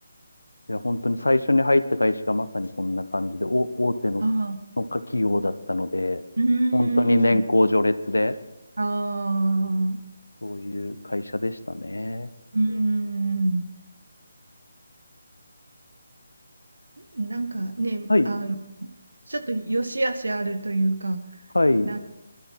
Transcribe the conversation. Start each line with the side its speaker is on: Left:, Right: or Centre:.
Left: いや、本当に最初に入った会社がまさにそんな感じで、お、大手の、
Right: ああ、
Left: の企業だったので、
Right: うー
Left: 本当に年功序列で、
Right: ん、ああ、
Left: そういう会社でしたね。
Right: うーん、なんかね、
Left: はい。
Right: あの、ちょっと良し悪しあるというか、
Left: はい。
Right: なん、
Left: う